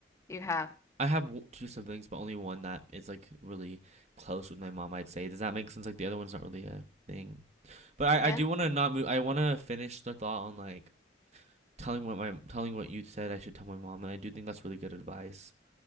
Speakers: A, on the left; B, on the right.
A: you have?
B: I have w- two siblings, but only one that is like really close with my mom, I'd say. Does that make sense? Like the other one's not really a thing. But I,
A: Yeah.
B: I do want to not move. I want to finish the thought on like telling what my telling what you said I should tell my mom, and I do think that's really good advice.